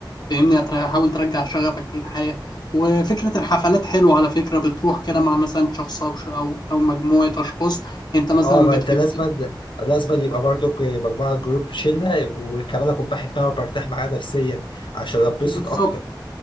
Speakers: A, on the left; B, on the left.
A: فاهمني هتر- حاول ترجع شغفك للحياة وفكرة الحفلات حلوة على فكرة بتروح كده مع مثلا شخص أو ش- أو أو مجموعة أشخاص أنت مثلا
B: اه ما
A: بتحب
B: انت لازم لازم يبقى برضك مجموعه جروب شله وكمان اكون بحبها وبرتاح معاها نفسيا عشان اتبسط
A: بالظبط
B: اكتر